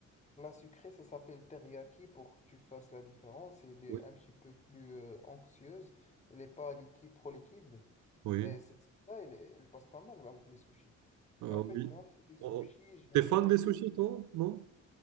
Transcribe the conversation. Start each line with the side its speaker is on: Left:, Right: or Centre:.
Left: La sucrée, ça s'appelle teriyaki pour que tu fasses la différence. Elle est
Right: Oui,
Left: un petit peu plus euh, anxieuse. Elle n'est pas liquide, trop liquide.
Right: oui.
Left: Mais cette sauce-là, elle, elle passe pas mal avec les sushis.
Right: euh,
Left: Mais en fait,
Right: oui.
Left: moi, les sushis,
Right: Oh,
Left: j'adore
Right: T'es fan des
Left: que
Right: sushis, toi? Non?